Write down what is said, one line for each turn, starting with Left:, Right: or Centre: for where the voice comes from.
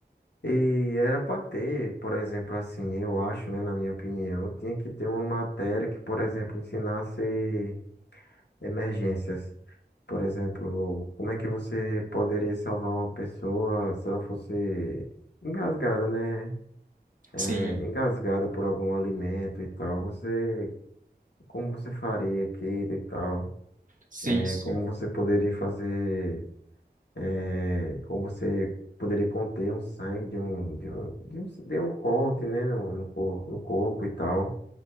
Left: E era para ter, por exemplo, assim, eu acho, né, na minha opinião, tinha que ter uma matéria que, por exemplo, ensinasse emergências. Por exemplo, como é que você poderia salvar uma pessoa se ela fosse engasgada, né? É,
Right: sim,
Left: engasgada por algum alimento e tal. Você, como você faria aquilo e tal?
Right: sim,
Left: É,
Right: sim.
Left: como você poderia fazer? é, como você poderia conter um sangue de um de um, de um, de um corte, né? No, no, cor- no corpo e tal.